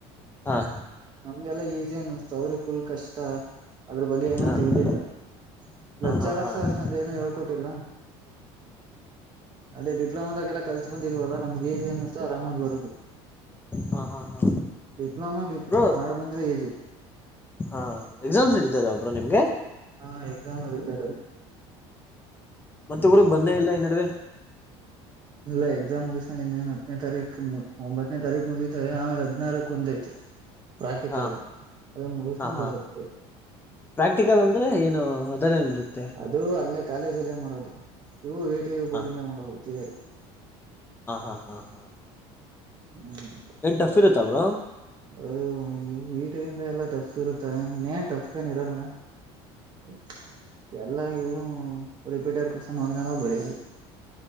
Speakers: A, on the left (about 15°); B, on the right (about 35°).
A: ಹಾ ಹಾ
B: ನಮ್ಗೆಲ್ಲ ಈಜಿ ಅನ್ನುಸ್ತು ಅವ್ರಿಗ್ ಫುಲ್ ಕಷ್ಟ. ಅದ್ರ ಬಗ್ಗೆ ಏನೂ
A: ಹಾ ಹಾ
B: ತಿಳ್ದಿಲ್ಲ ಲೆಕ್ಚರರ್ಸು
A: ಹಾ ಹಾ
B: ಅಷ್ಟೊಂದ್ ಏನು ಹೇಳ್ಕೊಟ್ಟಿಲ್ಲ. ಅದೇ ಡಿಪ್ಲೊಮೊದಗೆಲ್ಲ ಕಲ್ತ್ಬಂದಿದೀವಲ್ಲ ನಮ್ಗ ಈಜಿ ಅನ್ನುಸ್ತು ಆರಾಮಾಗ್ ಬರುದ್ವಿ.
A: ಹಾ ಹಾ ಹಾ
B: ಡಿಪ್ಲೊಮಾ ಡಿಪ್
A: ಬ್ರೋ
B: ಮಾಡ ಬಂದ್ರೆ ಈಸ್ಯ್.
A: ಹಾ ಎಕ್ಸಾಮ್ಸ್ ನಡೀತದವ್ ಬ್ರೋ ನಿಮ್ಗೆ.
B: ಹ ಎಕ್ಸಾಮ್ ನೆಡಿತಾದವೇ.
A: ಮತ್ತೆ ಊರಿಗ್ ಬಂದೆ ಇಲ್ಲ ಈ ನಡುವೆ.
B: ಇಲ್ಲ ಎಕ್ಸಾಮ್ ಮುಗಿಸ್ಕೊಂಡ್ ಇನ್ನೇನ್ ಹತ್ನೆ ತಾರೀಕ್ ಒಂಬತ್ನೆ ತಾರೀಕ್ ಮುಗಿತವೆ ಆಮೇಲೆ ಹದ್ನಾರಕ್ ಒಂದ್ ಐತಿ. ಪ್ರಾಕ್ಟಿಕಲ್ಲು
A: ಹ
B: ಅದುನ್ ಮೂಗುಸ್ಕಡ್
A: ಹ ಹಾ
B: ಬರುತೀನ್.
A: ಪ್ರಾಕ್ಟಿಕಲ್ ಅಂದ್ರೆ ಏನು ಅದಲ್ಲೇನ್ ಬರುತ್ತೆ
B: ಅದುೂ ಅಲ್ಲೇ ಕಾಲೇಜಲ್ಲೇ ಮಾಡೋದು ಇವು ವಿ ಟಿ ಯು ಬೋರ್ಡಿಂದ
A: ಹ
B: ಮಾಡೋವು ಥೀಯೇರಿ.
A: ಹ ಹಾ ಹಾ ಹಾ.
B: ಹ್ಮ್.
A: ಏನ್ ಟಫ್ ಇರುತ್ತಾ ಬ್ರೋ.
B: ಲೋ ಈವ್ ವೀಟಿಂದ ಎಲ್ಲಾ ಟಫ್ ಇರುತ್ತ ನೇನ್ ಟಫ್ ಏನ್ ಇರಲ್ಲ. <inaudible> ಎಲ್ಲ ಇವು ರಿಪೀಟೆಡ್ ಕ್ವೆಶ್ಚನ್ ಹೊಂದ್ಕೊಂಡೊಗ್ ಬರಿಯದು.